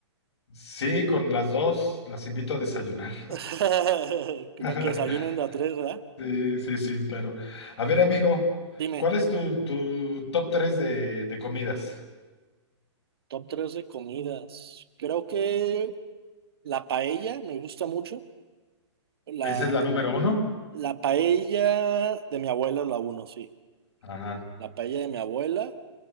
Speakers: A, on the left (about 65°); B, on the right (about 55°).
A: Sí, con las dos las invito a desayunar.
B: <laughs>
A: <laughs>
B: Para que desayunen de a tres, ¿verdad?
A: Sí, sí, sí, claro. A ver, amigo,
B: Dime.
A: ¿cuál es tu, tu top tres de, de comidas?
B: Top 3 de comidas. Creo que la paella me gusta mucho. La,
A: ¿Esa es la número uno?
B: la paella de mi abuela es la uno, sí.
A: Ajá,
B: La paella de mi abuela.